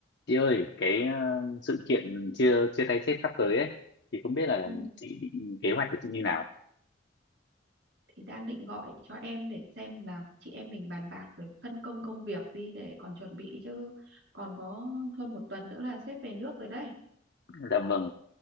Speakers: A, on the left; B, on the right.
A: Chị ơi, cái ờ, sự kiện chia chia tay sếp sắp tới ấy thì không biết là
B: Ừ,
A: chị định kế hoạch của chị như nào.
B: thì đang định gọi cho em để xem là chị em mình bàn bạc rồi phân công công việc đi để còn chuẩn bị chứ còn có hơn một tuần nữa là sếp về nước rồi đấy
A: Dạ vâng,